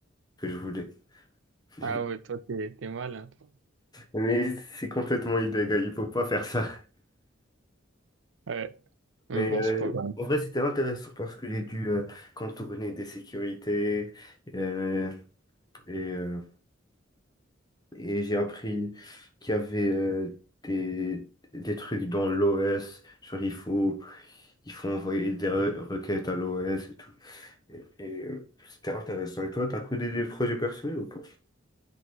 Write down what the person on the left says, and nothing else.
que je voulais. <laughs>
Mais c'est complètement illégal, il faut pas faire ça.
Mais
euh,
en vrai, c'était intéressant parce que j'ai dû euh, contourner des sécurités euh, et, euh, et j'ai appris qu'il y avait euh, des, des trucs dans l'OS. Genre, il faut, il faut envoyer des re- requêtes à l'OS et tout. Et, et, euh, c'était intéressant. Et toi, t'as codé des projets personnels ou pas?